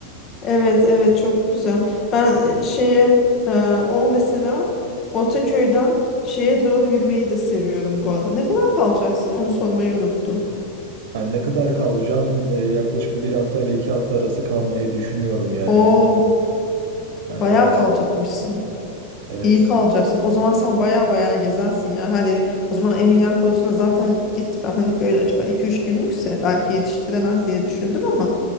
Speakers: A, on the left; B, on the right.
A: Evet, evet çok güzel. Ben e, şeye e, o mesela Ortaköy'den şeye doğru yürümeyi de seviyorum bu arada. Ne kadar kalacaksın? Onu sormayı unuttum.
B: Ben ne kadar kalacağım? E, Yaklaşık bir hafta ile iki hafta arası kalmayı düşünüyorum yani.
A: Oo,
B: Yani
A: bayağı
B: evet,
A: kalacakmışsın.
B: evet.
A: İyi kalacaksın. O zaman sen baya baya gezersin ya. Hadi o zaman Emilianko'suna zaten git. Ben hani böyle acaba iki üç günlükse belki yetiştiremez diye düşündüm ama